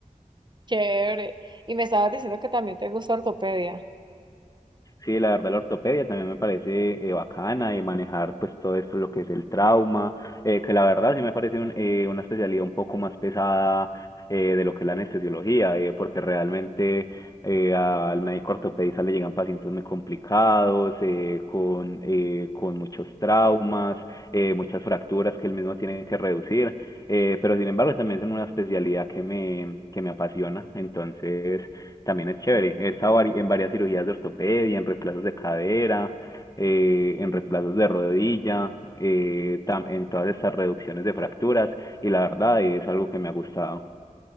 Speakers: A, on the right; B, on the left.
A: Chévere. Y me estabas diciendo que también te gusta ortopedia.
B: Sí, la verdad, la ortopedia también me parece eh, bacana y manejar pues todo esto, lo que es el trauma, eh, que la verdad sí me parece un, eh, una especialidad un poco más pesada eh, de lo que es la anestesiología, eh, porque realmente eh, al médico ortopedista le llegan pacientes muy complicados, eh, con, eh, con muchos traumas, eh, muchas fracturas que él mismo tiene que reducir, eh, pero sin embargo también es una especialidad que me, que me apasiona, entonces también es chévere. He estado vari- en varias cirugías de ortopedia, en reemplazos de cadera, eh, en reemplazos de rodilla, eh, tam- en todas estas reducciones de fracturas y la verdad es algo que me ha gustado.